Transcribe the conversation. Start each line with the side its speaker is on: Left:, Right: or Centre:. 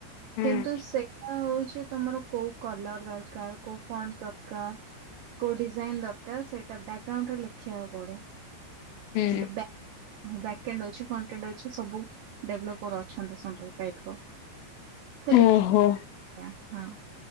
Left: ହୁଁ
Right: କିନ୍ତୁ ସେଟା ହଉଚି ତମର କୋଉ କଲର ଦରକାର କୋଉ ଫଣ୍ଟ ଦରକାର। କୋଉ ଡିଜାଇନ ଦରକାର ସେଇଟା ବ୍ୟାକଗ୍ରାଉଣ୍ଡରେ ଲେଖିବାକୁ ପଡେ
Left: ହୁଁ
Right: ଡ ବ୍ୟ ହଁ ବ୍ୟାକଣ୍ଡ ଅଛି ଫ୍ରଣ୍ଟ ଏଣ୍ଡ ଅଛି ସବୁ ଡେଭଲପର ଅଛନ୍ତି ସବୁ ଟାଇପ ର ତ
Left: ଓହୋ
Right: ଲେଖ ଆଜ୍ଞା ହଁ।